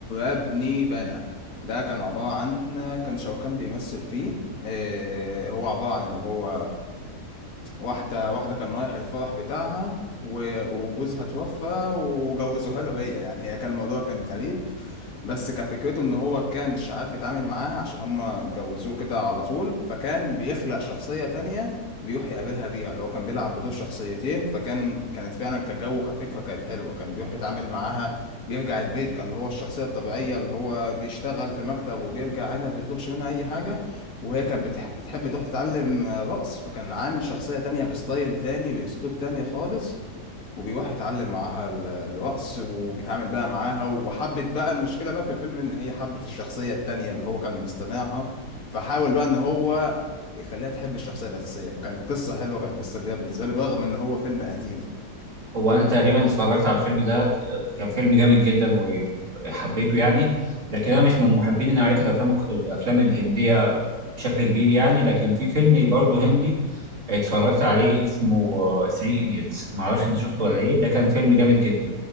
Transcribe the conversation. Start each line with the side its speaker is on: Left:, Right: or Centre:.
Left: ربني بنا ده كان عبارة عن كان شاروخان بيمثل فيه إيه هو عبارة عن اللي هو واحدة واحدة كان رايح الفرح بتاعها و- وجوزها توفى وجوزوها له هي يعني هي كان الموضوع كان غريب بس كفكرته ان هو كانش عارف يتعامل معاها عشان هما جوزوه كده على طول فكان بيخلق شخصية تانية بيروح يقابلها بيها اللي هو كان بيلعب بدور شخصيتين فكان كانت فعلا كجو كفكرة كانت حلوة كان بيروح يتعامل معاها بيرجع البيت كان اللي هو الشخصية الطبيعية اللي هو بيشتغل في مكتب وبيرجع عادي ما بيطلبش منها أي حاجة وهي كانت بتح- بتحب تروح تتعلم رقص فكان عامل شخصية تانية بستايل تاني بأسلوب تاني خالص وبيروح يتعلم معاها ال- الرقص وبيتعامل بقى معاها وحبت بقى المشكلة بقى في الفيلم إن هي حبت الشخصية التانية اللي هو كان مصطنعها فحاول بقى إن هو يخليها تحب الشخصية الأساسية فكان قصة حلوة كانت قصة جديدة بالنسبة لي رغم إن هو فيلم قديم
Right: هو انا تقريبا اتفرجت على الفيلم ده كان فيلم جامد جدا وحبيته يعني لكن انا
Left: مم.
Right: مش من محبين نوعيه الافلام الافلام الهنديه بشكل كبير يعني لكن في فيلم برضه هندي اتفرجت عليه اسمه 3 ايديتس ما اعرفش انت شفته ولا ايه ده كان فيلم جامد جدا